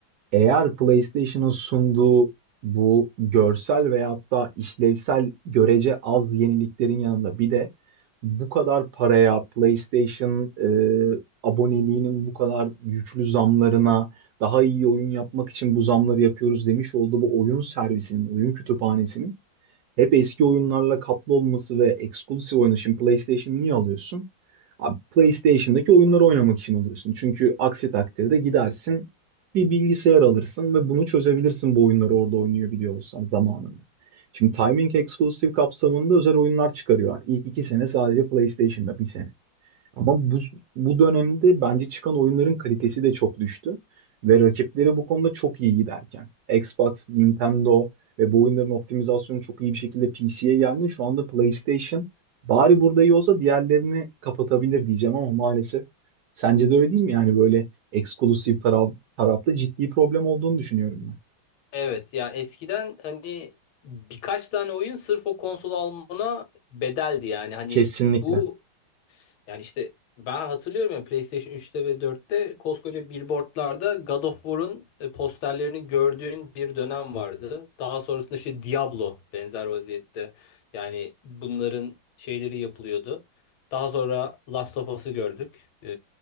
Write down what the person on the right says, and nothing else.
Eğer PlayStation'ın sunduğu bu görsel veyahut da işlevsel görece az yeniliklerin yanında bir de bu kadar paraya PlayStation e, aboneliğinin bu kadar güçlü zamlarına daha iyi oyun yapmak için bu zamları yapıyoruz demiş olduğu bu oyun servisinin, oyun kütüphanesinin hep eski oyunlarla kaplı olması ve eksklusif oyunu. Şimdi PlayStation niye alıyorsun? Abi PlayStation'daki oyunları oynamak için alıyorsun. Çünkü aksi takdirde gidersin bir bilgisayar alırsın ve bunu çözebilirsin bu oyunları orada oynuyor biliyor olsan zamanında. Şimdi Timing Exclusive kapsamında özel oyunlar çıkarıyor. İlk iki sene sadece PlayStation'da bir sene. Ama bu, bu dönemde bence çıkan oyunların kalitesi de çok düştü. Ve rakipleri bu konuda çok iyi giderken. Xbox, Nintendo ve bu oyunların optimizasyonu çok iyi bir şekilde PC'ye geldi. Şu anda PlayStation bari burada iyi olsa diğerlerini kapatabilir diyeceğim ama maalesef. Sence de öyle değil mi? Yani böyle eksklusif taraf, tarafta ciddi problem olduğunu düşünüyorum ben.
Kesinlikle.